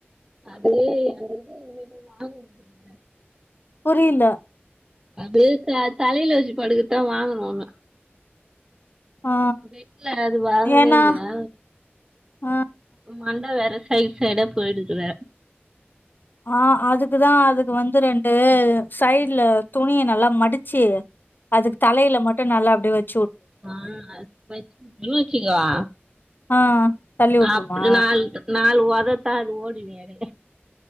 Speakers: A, on the right; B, on the left.
A: அது அங்கனமே வாங்கணும் அப்படிங்கற <inaudible>
B: புரியில
A: அது தலையையில் வச்சி படுக்கத்தான் வாங்கனாங்க
B: ஆ
A: ட்ல அது வாங்கவே
B: ஏன்னா
A: இல்லைய
B: ஆ
A: மண்டை வேற சைடு சைடா போயிடுவ
B: ஆஹ் அதுக்குதான் அதுக்கு வந்து ரெண்டு டு சைடுல துணியை நல்லா மடிச்சு அதுக்கு தலையில மட்டும் நல்லா அப்படி வச்
A: ஆஹ் அருச்சிங்கலா
B: ஆ தள்ளி வுட்ருமா?
A: அ நா நா அத புடுங்கனாவே தத்தா அது ஓடிவியான்